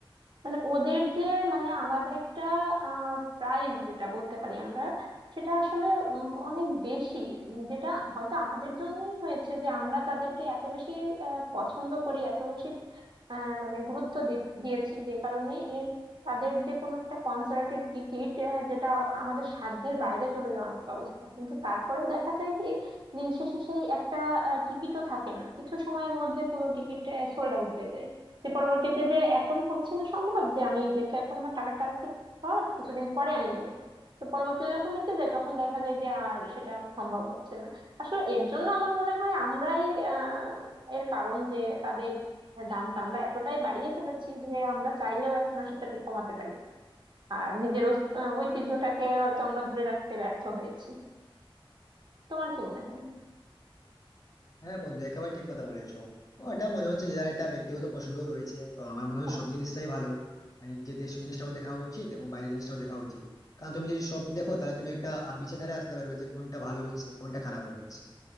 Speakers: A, on the right (about 55°); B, on the left (about 40°).
A: মানে ওদের যে মানে আলাদা একটা আহ প্রাইস যেটা বলতে পারি আমরা সেটা আসলে উম, অনেক বেশি উম, যেটা হয়তো আমাদের জন্যই হয়েছে যে আমরা তাদেরকে এত বেশি আহ, পছন্দ করি এত বেশি আহ, মানে গুরুত্ব দি- দিয়েছি যে কারণে এর তাদের যে কোনো একটা কনসার্টের টিকিট যেটা আমাদের সাধ্যের বাইরে চলে যাওয়ার মতো অবস্থা কিন্তু তারপরেও দেখা যায় কি দিন শেষে সেই একটা টিকিটও থাকে না কিছু সময়ের মধ্যে পুরো টিকিট সোল্ড আউট হয়ে যায় যে পরবর্তীতে যে এখন হচ্ছে না সম্ভব যে আমি যেহেতু এখন আমার টাকাটা একটু শর্ট কিছুদিন পরে আমি নিব তো পরবর্তীতে যখন নিতে যাই তখন দেখা যায় যে আর সেটা সম্ভব হচ্ছে না আসলে এর জন্য আমার মনে হয় আমরাই আহ এর কারণ যে তাদের দামটা আমরা এতটাই বাড়িয়ে ফেলেছি যে আমরা চাইলেও এখন আর সেটাকে কমাতে পারি না আর নিজের ঐস- আহ, ঐতিহ্যটাকে হয়তো আমরা ধরে রাখতে ব্যর্থ হয়েছি তোমার কি মনে হয়
B: হ্যাঁ বন্ধু একেবারে ঠিক কথা বলেছো ওটা মনে হচ্ছে যে যার একটা ব্যক্তিগত পছন্দ রয়েছে তো আমার মনে হয়
A: হ্যাঁ
B: সব জিনিসটাই ভালো মানে যে দেশীয় জিনিসটাও দেখা উচিত এবং বাইরের জিনিসটাও দেখা উচিত কারণ তুমি যদি সব দেখো তাহলে তুমি একটা আহ, বিচারধারায় আসতে পারবে যে কোনটা ভালো হচ্ছে কোনটা খারাপ হচ্ছে